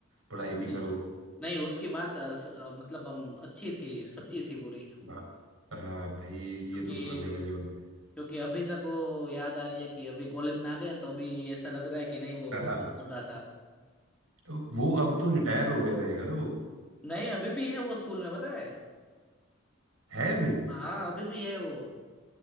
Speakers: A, on the right; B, in the centre.
A: पढ़ाई
B: नहीं
A: भी करो
B: नहीं, उसकी बात अ, स- अ, मतलब हम अच्छी थी सच्ची थी पूरी
A: बा- हाँ भाई
B: क्योंकि
A: ये तो मानने वाली बात
B: क्योंकि अभी तक वो याद आ रही है कि अभी कॉलेज में आ गए हैं, तो अभी ऐसा लग रहा है कि नहीं वो
A: है <laughs>
B: छोटा था
A: तो वो अब तो रिटायर हो गया रहेगा ना वो
B: नहीं अभी भी है वो स्कूल में पता है
A: है भी
B: हाँ अभी भी है वो